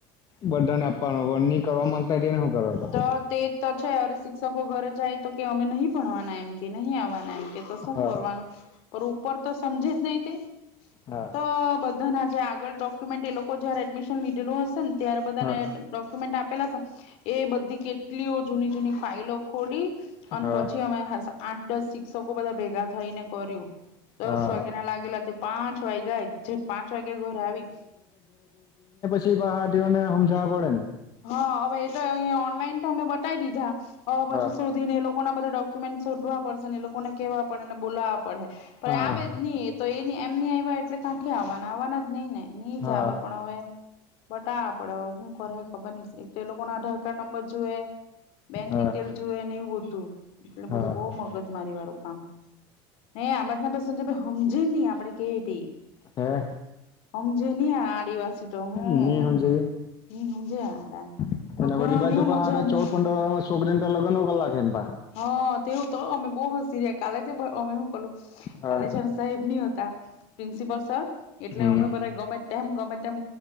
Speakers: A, on the left; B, on the left.
A: બઘાંને આપવાનો <unintelligible> માંગતા હોય તેને કરો
B: તો
A: પછી
B: તે તો છે અરે શિક્ષકો ઘરે જાય તો કે અમે નહી ભણવાના એમ કે નહી આવવાના એમ એ તો શું
A: હા
B: કરવાનું પર ઉપર તો સમજે જ નઈ તે
A: હા
B: તો બધાના જે આ આગળ ડોક્યુમેન્ટ એ લોકો જયારે એડમિશન લીધેલુ હશે ને ત્યારે બધાને
A: હા
B: ડોક્યુમેન્ટ આપેલા હશે એ બધી કેટલીઓ જૂની જૂની ફાઈલો ખોલી અન
A: હા
B: પછી અમે હા આઠ, દસ શિક્ષકો બધાં ભેગા થઈને કર્યું. દસ
A: હા
B: વાગેના લાગેલા તે પાંચ વાગ્યા એકઝેટ પાંચ વાગે ઘરે આવી.
A: તે પાહા તેઓને હમજાવા પડે ને?
B: હા, હવે એતો અહીયા ઓનલાઈન તો અમે બતાય દીધા હવે પછી
A: હા
B: શો શોધી ને એ લોકોના બધા ડોક્યુમેન્ટ શોધવા પડશે ને લોકોને કેવા પડેને બોલાવા પડે. પણ
A: હા
B: આવે જ નઈ એ તો એ એમની આવ્યા એટલે ક્યાંથી આવવાના આવવાના જ નહી ને નીજ
A: હા
B: આવે પણ અવે બટાવા પડે હું કરહે ખબરની એટેલો આધાર કાર્ડ નંબર જુએ. બેંક
A: હા
B: ડિટેલ જોવેને એવું બધું એટલે બધું
A: હા
B: બહુ મગજ મારી વાળું કામ ને આ બાજના સંજયભાઈ હમજે નય જે આપડે કહીએ તે
A: હે
B: હમજે નય આ આદિવાસી તો હું
A: નહી સમજાય
B: ની હમજે હારા.
A: <unintelligible>
B: ભણવાની મજા નહી આવે હ તેઓ તો અમે બહ હસીરીયા કાલે તો અમે શું કલું
A: હા
B: કાલે છે ને સાહેબની હતા પ્રિન્સિપલ સર એટલે
A: હમ
B: અમે બધાં ગમે ગમે તેમ